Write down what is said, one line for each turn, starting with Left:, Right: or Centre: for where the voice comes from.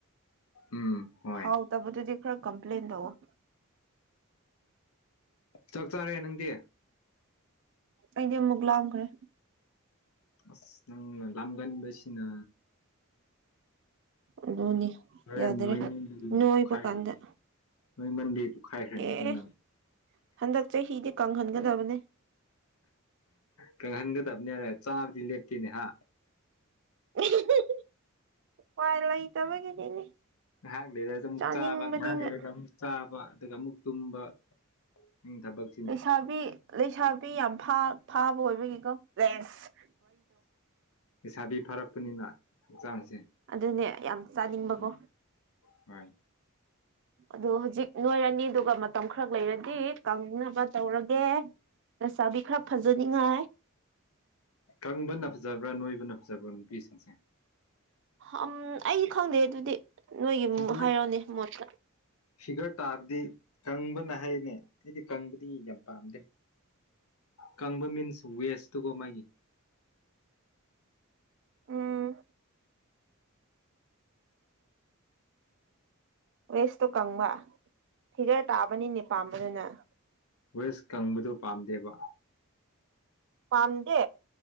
Left: ꯎꯝ ꯍꯣꯏ
Right: ꯍꯥꯎꯇꯕꯗꯨꯗꯤ ꯈꯔ ꯀꯝꯄ꯭ꯂꯦꯟ ꯇꯧꯑꯣ
Left: ꯆꯥꯛ ꯆꯥꯔꯦ ꯅꯪꯗꯤ
Right: ꯑꯩꯗꯤ ꯑꯃꯨꯛ ꯂꯥꯝꯈ꯭ꯔꯦ
Left: ꯑꯁ ꯅꯪꯅꯥ ꯂꯝꯒꯟꯕꯁꯤꯅ
Right: ꯑꯗꯨꯅꯤ
Left: ꯅꯣꯏ
Right: ꯌꯥꯗꯔꯦ
Left: ꯅꯣꯏꯃꯟꯕꯒꯤ
Right: ꯅꯣꯏꯕ
Left: ꯄꯨꯈꯏꯒꯔꯅꯤ
Right: ꯀꯥꯟꯗ
Left: ꯅꯣꯏꯃꯟꯕꯩ ꯄꯣꯛꯈꯥꯏꯈ꯭ꯔꯅꯤꯀꯣ
Right: ꯑꯦ
Left: ꯅꯪ
Right: ꯍꯟꯗꯛ ꯆꯍꯤꯗꯤ ꯀꯪꯍꯟꯒꯗꯕꯅꯦ
Left: ꯀꯪꯍꯟꯒꯗꯝꯅꯦ ꯍꯥꯏꯔꯥ ꯆꯥꯕꯗꯤ ꯂꯦꯞꯇꯦꯅꯦ ꯍꯥ
Right: <unintelligible> ꯎꯄꯥꯏ ꯂꯩꯇꯕꯒꯤꯅꯤꯅꯦ
Left: ꯉꯥꯏꯍꯥꯛ ꯂꯩꯔꯒ ꯑꯃꯨꯛ
Right: ꯆꯥꯅꯤꯡꯕꯅꯤꯅ
Left: ꯆꯥꯕ ꯉꯥꯏꯍꯥꯛ ꯂꯩꯔꯒ ꯑꯃꯨꯛ ꯆꯥꯕ ꯑꯗꯨꯒ ꯑꯃꯨꯛ ꯇꯨꯝꯕ ꯅꯪ ꯊꯕꯛ
Right: ꯂꯩꯁꯥꯕꯤ ꯂꯩꯁꯥꯕꯤ ꯌꯥꯝ ꯐꯥ ꯐꯥꯕ ꯑꯣꯏꯕꯒꯤꯀꯣ ꯖꯦꯁ
Left: ꯂꯩꯁꯥꯕꯤ ꯐꯥꯔꯛꯄꯅꯤꯅ ꯍꯛꯆꯥꯡꯁꯦ
Right: ꯑꯗꯨꯅꯦ ꯌꯥꯝ ꯆꯥꯅꯤꯡꯕꯀꯣ
Left: ꯎꯝ <unintelligible>
Right: ꯑꯗꯣ ꯍꯨꯖꯤꯛ ꯅꯣꯏꯔꯅꯤ ꯑꯗꯨꯒ ꯃꯇꯝ ꯈꯔ ꯂꯩꯔꯗꯤ ꯀꯪꯅꯕ ꯇꯧꯔꯒꯦ ꯂꯩꯁꯥꯕꯤ ꯈꯔ ꯐꯖꯅꯤꯉꯥꯏ
Left: ꯀꯪꯕꯅ ꯐꯖꯕ꯭ꯔꯥ ꯅꯣꯏꯕꯅ ꯐꯖꯕ꯭ꯔꯥ ꯅꯨꯄꯤꯁꯤꯡꯁꯦ
Right: ꯑꯝ ꯑꯩꯗꯤ ꯈꯪꯗꯦ ꯑꯗꯨꯗꯤ ꯅꯣꯏꯒꯤ
Left: ꯐꯤꯒꯔ
Right: ꯍꯥꯏꯔꯛꯑꯣꯅꯦ ꯃꯣꯠꯇ
Left: ꯐꯤꯒꯔ ꯇꯥꯕꯗꯤ ꯀꯪꯕꯅ ꯍꯥꯏꯌꯦꯅꯦ ꯑꯩꯗꯤ ꯀꯪꯕꯗꯤ ꯌꯥꯝ ꯄꯥꯝꯗꯦ ꯀꯪꯕ ꯃꯤꯟꯁ ꯋꯦꯁ ꯇꯣꯀꯣ ꯃꯥꯒꯤ
Right: ꯎꯝ ꯋꯦꯁꯇꯣ ꯀꯪꯕ ꯐꯤꯒꯔ ꯇꯥꯕꯅꯤꯅꯦ ꯄꯥꯝꯕꯥꯗꯣ ꯅꯪ
Left: ꯋꯦꯁ ꯀꯪꯕꯗꯣ ꯄꯥꯝꯗꯦꯕ
Right: ꯄꯝꯗꯦ